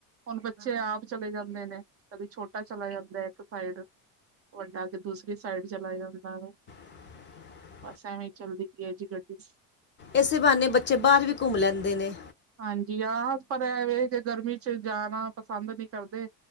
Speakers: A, on the right; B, on the left.
A: ਹੁਣ ਬੱਚੇ ਆਪ ਚਲੇ ਜਾਂਦੇ ਨੇ, ਕਦੀ ਛੋਟਾ ਚਲਾ ਜਾਂਦੈ ਇੱਕ ਸਾਈਡ ਵੱਡਾ ਜੇ ਦੂਸਰੀ ਸਾਈਡ ਚਲਾ ਜਾਂਦਾ ਵੇ।
B: <inaudible>
A: ਬਸ ਐਵੇ ਈ ਚਲਦੀ ਪੀ ਐ ਜੀ ਗੱਡੀ।
B: ਏਸੇ ਬਾਨੇ ਬੱਚੇ ਬਾਰ ਵੀ ਘੁੰਮ ਲੈਂਦੇ ਨੇ।
A: ਹਾਂਜੀ। ਨੇ ਹਾਂ ਪਰ ਐਵੇਂ ਜੇ ਗਰਮੀ ਚ ਜਾਣਾ ਪਸੰਦ ਨੀ ਕਰਦੇ।